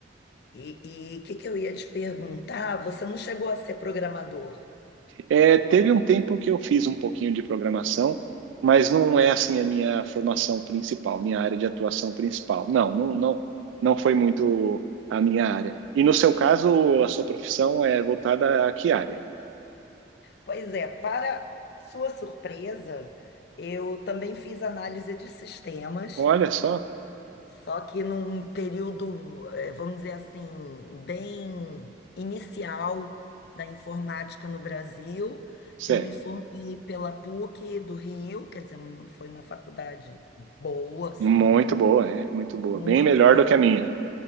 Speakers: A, on the left; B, on the right.
A: E o que, que eu ia te perguntar? Você não chegou a ser programador.
B: É, teve um tempo que eu fiz um pouquinho de programação, mas não é assim a minha formação principal, minha área de atuação principal. Não, não, não, não foi muito a minha área. E no seu caso, a sua profissão é voltada a que área?
A: Pois é, para sua surpresa, eu também fiz análise de sistemas.
B: Olha só,
A: Só que num período, eh, vamos dizer assim, bem inicial da informática no Brasil,
B: certo.
A: eu me formei pela PUC do Rio, quer dizer, um- foi uma faculdade boa, assim,
B: Muito boa, é, muito boa.
A: muito
B: Bem melhor
A: boa.
B: do que a minha.